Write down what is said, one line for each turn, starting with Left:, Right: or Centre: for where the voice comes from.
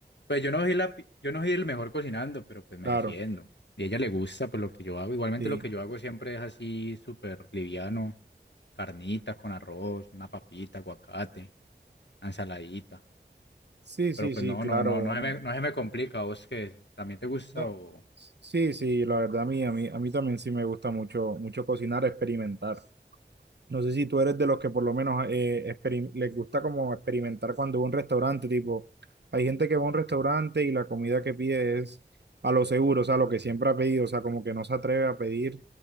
Left: Pues yo no soy la, pi- yo no soy el mejor cocinando, pero pues me
Right: Claro,
Left: defiendo. Y a ella le gusta pues lo que yo hago. Igualmente
Right: sí.
Left: lo que yo hago siempre es así súper liviano, carnita con arroz, una papita, aguacate, una ensaladita.
Right: Sí,
Left: Pero
Right: sí,
Left: pues
Right: sí,
Left: no,
Right: claro.
Left: no, no,
Right: Bueno.
Left: no se me, no se me complica. ¿A ¿Vos que también te gusta
Right: No,
Left: o...?
Right: sí, sí, la verdad a mí, a mí, a mí también sí me gusta mucho, mucho cocinar, experimentar. No sé si tú eres de los que por lo menos eh, experim- les gusta como experimentar cuando va a un restaurante, tipo, hay gente que va a un restaurante y la comida que pide es a lo seguro, o sea, lo que siempre ha pedido, o sea, como que no se atreve a pedir